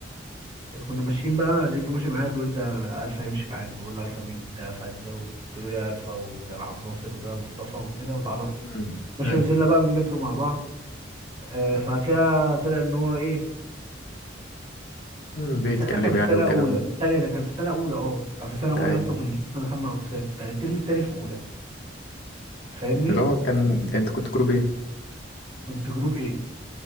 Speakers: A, on the right (about 25°); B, on the left (about 65°).
A: كنا ماشيين بقى لقيته ماشي معايا بيقول ده الفا يمشي معانا فبقول له الفا مين وبتاع فقال لي ده قلت له يا الفا وده انا عبد ناصر وده مصطفى وكده واتعرفنا
B: امم
A: ماشي
B: ايوه
A: ونزلنا بقى من المترو مع بعض آه فكده طلع ان هو ايه
B: مم، بيتكلم
A: ده ساعتها كان في
B: يعني
A: سنه
B: وكده
A: اولى الثانيه ده كان في سنه اولى اه كان في سنه اولى
B: اي
A: يا اسطى وكنا لسه دخلنا اقسام كان الترم التاني في اولى فاهمني
B: اللي هو كان انت كنت جروب ايه
A: كنت جروب ايه